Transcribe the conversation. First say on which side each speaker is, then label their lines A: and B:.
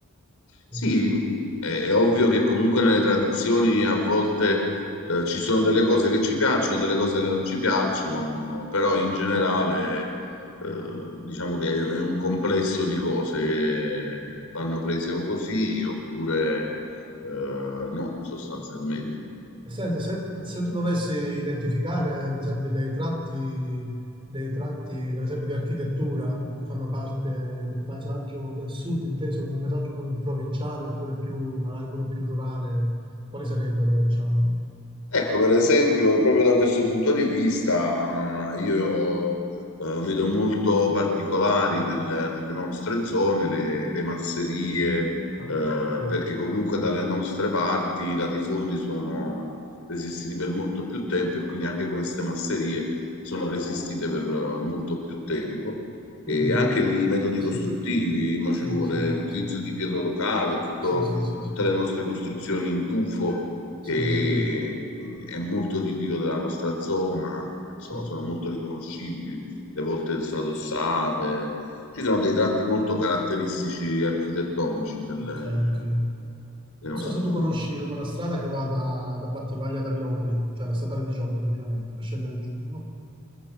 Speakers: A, on the left (about 85°); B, on the right (about 25°).
A: Sì,
B: non so.
A: è, è ovvio che comunque nelle tradizioni a volte eh, ci sono delle cose che ci piacciono e delle cose che non ci piacciono, no? però in generale eh, diciamo che è un complesso di cose che vanno prese o così oppure eh, no, sostanzialmente.
B: E Senti, se, se tu dovessi identificare, per esempio, dei tratti, dei tratti, per esempio, di architettura che fanno parte del paesaggio del sud, inteso come paesaggio proprio provinciale oppure più, magari pure più rurale, quali sarebbero, diciamo?
A: Ecco, per esempio, proprio da questo punto di vista, eh, io eh, vedo molto particolari del- delle nostre zone, le, le masserie,
B: Ah,
A: eh,
B: ecco, ecco.
A: perché comunque dalle nostre parti i latifondi sono resistiti per molto più tempo e quindi anche queste masserie sono resistite per eh, molto più tempo.
B: Quindi,
A: E anche i metodi
B: sì,
A: costruttivi, mo
B: sì,
A: ci vuole
B: sì,
A: l'utilizzo
B: sì,
A: di pietra locale, tutto-
B: sì, sì, sì,
A: tutte
B: sì,
A: le nostre costruzioni in tufo
B: sì,
A: che
B: sì,
A: mm, è molto tipico della nostra zona, insomma,
B: sì.
A: sono molto riconoscibili, le volte stradossate. Ci sono dei tratti molto caratteristici architettonici del-
B: ok, ok.
A: dei
B: Non
A: nostri
B: so se tu
A: luoghi.
B: conosci quella strada che va da, da Battivaglia ad Agropoli, cioè la statale 18 praticamente, per scendere giù, no?